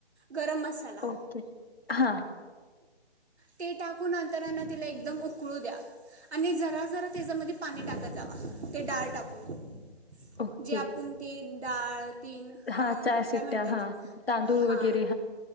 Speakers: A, on the right; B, on the left.
A: गरम मसाला
B: ओके हा
A: ते टाकून अंतरानं तिला एकदम उप उकाळू द्या आणि जरा जरा त्याच्यामध्ये पाणी टाकत जावा ते डाळ टाकून
B: ओके
A: जे आपूण ते डाळ तीन
B: हां,
A: ह
B: शिट्ट्या
A: काय म्हणतात
B: हां, तांदूळ
A: हां
B: वगैरे